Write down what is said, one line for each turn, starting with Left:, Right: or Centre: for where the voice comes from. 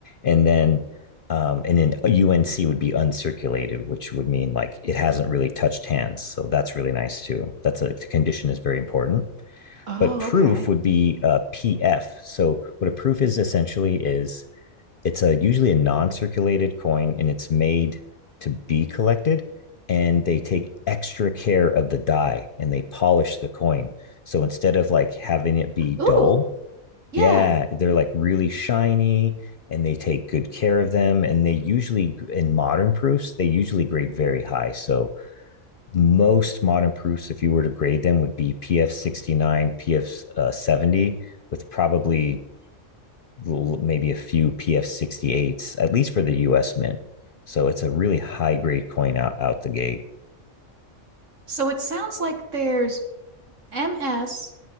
Left: and then um, and then unc would be uncirculated which would mean like it hasn't really touched hands so that's really nice too that's a the condition is very important
Right: oh,
Left: but proof
Right: okay.
Left: would be uh, pf so what a proof is essentially is it's a usually a non-circulated coin and it's made to be collected and they take extra care of the die and they polish the coin so instead of like having it be dull
Right: Ooh, yeah.
Left: yeah they're like really shiny and they take good care of them and they usually in modern proofs they usually grade very high so most modern proofs if you were to grade them would be pf 69 pf uh, 70 with probably maybe a few PF68s, at least for the US mint. So it's a really high grade coin out, out the gate.
Right: So it sounds like there's MS